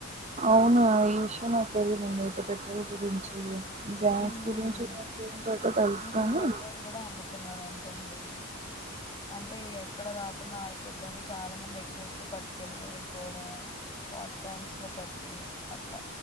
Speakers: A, on the right; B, on the left.
A: అవును ఈ విషయం నాకు తెలియదండి ఇతే పెట్రోల్ గురించి గ్యాస్
B: మ్మ్
A: గురించి <inaudible> అట తెలుసుకాని
B: మ్మ్ పెట్రోల్ కూడా అమ్ముకున్నారంటండి అంటే ఎక్కడ రాకుండా ఆగిపోంద్దని చాలా మంది ఎక్కువై ఇవి పట్టుకెల్లి వెళ్ళిపొవడమే వాటర్ ట్యాంక్స్ లో పట్టి అట్లా